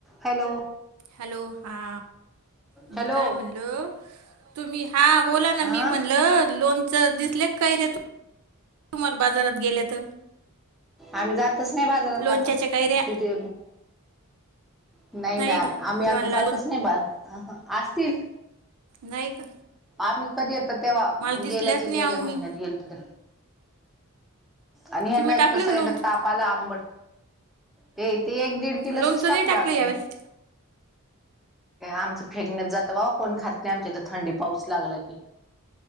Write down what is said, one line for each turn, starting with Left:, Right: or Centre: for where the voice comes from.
Centre: Hello
Right: hello हा मी
Centre: hello
Right: काय म्हणलो तुम्ही हा बोला ना
Centre: हा
Right: मी म्हणल लोनच दिसले काही र तुम्हाला बाजारात गेल्यात
Centre: आम्ही जातच नाही बाजारात
Right: लोणच्याच्या
Centre: आता
Right: कैऱ्या
Centre: सिटी नाही ना
Right: का
Centre: आम्ही
Right: मी
Centre: आता
Right: म्हणलं
Centre: जातच नाही बा हं ह असतील
Right: नाहीक
Centre: आम्ही कधी येत तेव्हा
Right: दिसल्याच
Centre: गेल्याचे
Right: नाही
Centre: गेल्या
Right: आहो मी
Centre: महिन्यात गेल तु तेे आणि ह्याना
Right: तुम्ही टाकलं
Centre: एक तर
Right: का
Centre: सगळ्यांना
Right: लोणचं
Centre: तापाला आंबट ते ते एक दीड किलो
Right: लोणचं
Centre: सच टाकलं
Right: नाही
Centre: आम्ही
Right: यावेळेस
Centre: आमचं फेकण्यात जात बावा कोण खात नाही आमच्या थंडी पाऊस लागला की